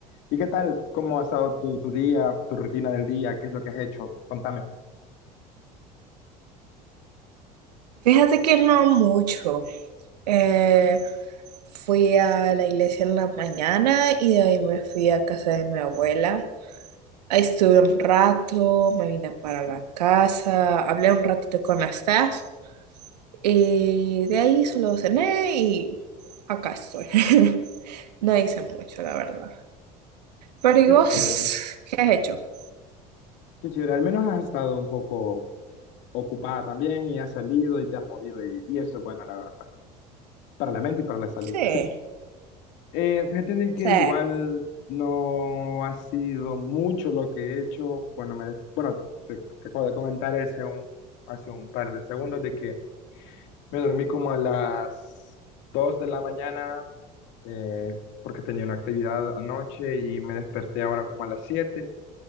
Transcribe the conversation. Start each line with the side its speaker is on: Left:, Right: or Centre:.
Left: ¿Y qué tal? ¿Cómo ha estado tu, tu día, tu rutina del día? ¿Qué es lo que has hecho? Contame.
Right: Fíjate que no mucho. Eh, fui a la iglesia en la mañana y de ahí me fui a casa de mi abuela. Ahí estuve un rato, me vine para la casa, hablé un ratito con la staff. Y de ahí solo cené y acá estoy. <laughs> No hice mucho, la verdad. Pero ¿y
Left: Qué
Right: vos
Left: chévere.
Right: qué has hecho?
Left: Qué chévere, al menos has estado un poco ocupada también y has salido y te has movido y, y eso es bueno, la verdad, para la mente y para la salud.
Right: Sí,
Left: Eh, fíjate de que
Right: sí.
Left: igual no ha sido mucho lo que he hecho. Bueno, me, bueno, te, te acabo de comentar hace un, hace un par de segundos de que me dormí como a las 2 de la mañana eh, porque tenía una actividad anoche y me desperté ahora como a las siete